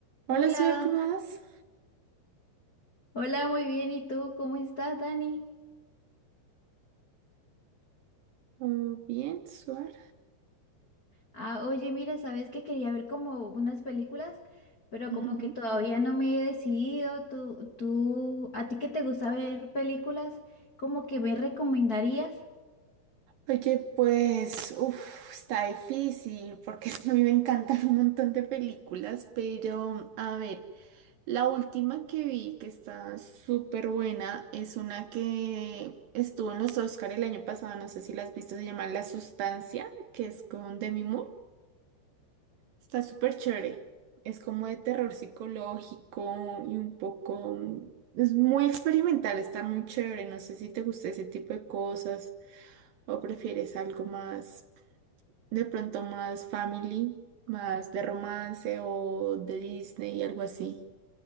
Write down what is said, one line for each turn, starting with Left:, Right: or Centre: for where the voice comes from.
Left: Hola,
Right: Hola, Suar, ¿cómo vas?
Left: hola, muy bien. ¿Y tú cómo estás, Dani?
Right: Oh, bien, Suar.
Left: Ah, oye, mira, sabes que quería ver como unas películas, pero
Right: Ujú.
Left: como que todavía no me he decidido. Tú, tú, ¿a ti que te gusta ver películas? ¿como que me recomendarías?
Right: Oye, pues, uf, está difícil porque <laughs> a mí me encantan un montón de películas, pero a ver, la última que vi que está súper buena es una que estuvo en los Oscar el año pasado, no sé si la has visto, se llama La Sustancia, que es con Demi Moore. Está súper chévere. Es como de terror psicológico y un poco... mm, Es muy experimental, está muy chévere. No sé si te gusta ese tipo de cosas o prefieres algo más, de pronto más family, más de romance o de Disney y algo así.